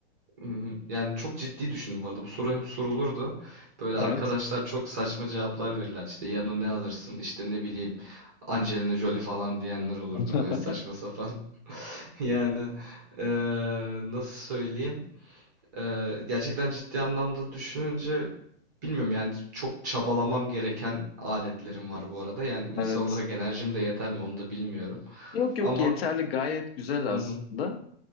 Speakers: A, on the right; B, on the left.
A: Hı hı. Yani çok ciddi düşündüm bu arada. Bu soru hep sorulurdu. Böyle
B: Evet.
A: arkadaşlar çok saçma cevaplar verirler. İşte yanına ne alırsın? İşte ne bileyim Angelina Jolie falan diyenler olurdu.
B: <laughs>
A: Böyle saçma sapan. <laughs> Yani ee, nasıl söyleyeyim? Ee, gerçekten ciddi anlamda düşününce bilmiyorum yani çok çabalamam gereken aletlerim var bu arada. Yani insan
B: Evet.
A: olarak enerjim de yeter mi onu da bilmiyorum.
B: Yok yok
A: Ama
B: yeterli gayet güzel aslında.
A: hı hı,